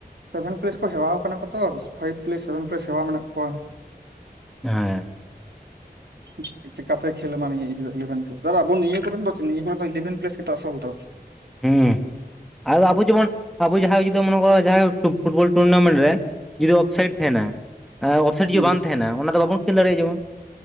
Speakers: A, on the right; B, in the centre.
A: ᱥᱮᱵᱷᱮᱱ ᱯᱮᱞᱮᱥ ᱠᱚ ᱦᱮᱣᱟ ᱠᱟᱱᱟ ᱠᱚ ᱛᱚ ᱯᱷᱟᱭᱤᱵ ᱯᱮᱞᱮᱥ ᱥᱮᱵᱷᱮᱱ ᱯᱮᱞᱮᱥ ᱦᱮᱣᱟ ᱢᱮᱱᱟᱜ ᱠᱚᱣᱟ᱾
B: ᱦᱮᱸ᱾
A: <inaudible> ᱪᱮᱠᱟᱛᱮ ᱠᱷᱮᱞ ᱮᱢᱟ ᱢᱮᱭᱟ ᱩᱱᱦᱤᱞᱚᱜ ᱤᱞᱮᱵᱷᱮᱱ ᱯᱞᱮᱥ ᱫᱚ ᱵᱟ ᱵᱟ ᱟᱵᱚ ᱱᱤᱭᱟᱹ ᱠᱚᱨᱮᱱ ᱫᱚ ᱪᱮᱜ ᱱᱤᱭᱟᱹ ᱠᱚᱨᱮ ᱫᱚ ᱤᱞᱤᱵᱷᱮᱱ ᱯᱮᱞᱮᱥ ᱜᱮ ᱛᱚ ᱟᱥᱚᱞ ᱫᱚ᱾
B: ᱦᱩᱸ ᱟᱫᱚ ᱟᱵᱩ ᱡᱮᱢᱚᱱ ᱟᱵᱩ ᱡᱟᱦᱟᱸᱭ ᱡᱩᱫᱤ ᱢᱚᱱᱮ ᱠᱚ ᱡᱟᱦᱟᱸᱭ ᱠᱚ ᱯᱷᱩᱴᱵᱚᱞ ᱴᱩᱨᱱᱟᱢᱮᱱᱴ ᱨᱮᱼᱼ ᱡᱩᱫᱤ ᱚᱯᱷᱥᱟᱭᱤᱰ ᱛᱟᱸᱦᱮᱱᱟ᱾ ᱮᱸ ᱚᱯᱷᱥᱟᱭᱤᱴ
A: ᱦᱩᱸ
B: ᱡᱩᱫᱤ ᱵᱟᱝ ᱛᱟᱦᱮᱱᱟ ᱚᱱᱟ ᱫᱚ ᱵᱟᱵᱚᱱ ᱠᱷᱮᱞ ᱫᱟᱲᱮᱭᱟᱜ-ᱟ ᱡᱮᱢᱚᱱᱼᱼ